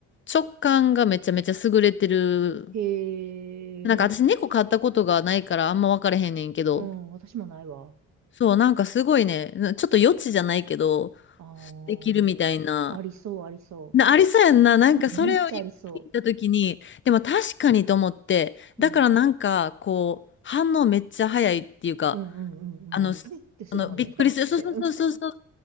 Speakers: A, on the left; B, on the right.
A: 直感がめちゃめちゃ優れてる。
B: へえ。
A: なんか私猫飼ったことがないからあんま分からへんねんけど。
B: うん。私もないわ。
A: そう、なんかすごいね、なちょっと余地じゃないけど、
B: あ
A: できるみたいな。
B: あ。ありそう、ありそ
A: な、ありそうやんな。なんかそれを聞いたときに、
B: う。めっちゃありそう。
A: でも確かにと思って、だからなんかこう、
B: うん。
A: 反応めっちゃ早いっていうか、
B: うんうんうんうん。
A: あの、
B: ふいってするもんね。
A: あのびっくりする。
B: ふいって。
A: そうそうそうそうそう。